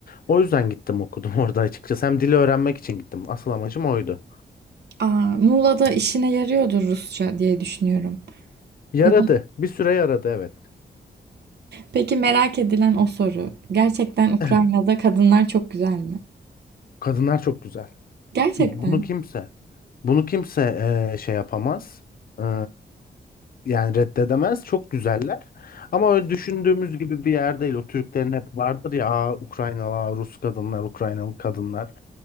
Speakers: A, on the left; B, on the right.
A: O yüzden gittim okudum <laughs> orada açıkçası. Hem dili öğrenmek için gittim. Asıl amacım oydu.
B: Aa, Muğla'da işine yarıyordur Rusça diye düşünüyorum.
A: Yaradı.
B: Ya da
A: Bir süre yaradı evet.
B: peki merak edilen o soru. Gerçekten Ukrayna'da
A: <laughs>
B: kadınlar çok güzel mi?
A: Kadınlar çok güzel.
B: Gerçekten.
A: Bunu kimse. Bunu kimse eee, şey yapamaz. Eee, yani reddedemez. Çok güzeller. Ama öyle düşündüğümüz gibi bir yer değil. O Türklerin hep vardır ya "Aa, Ukraynalı, aa, Rus kadınlar, Ukraynalı kadınlar.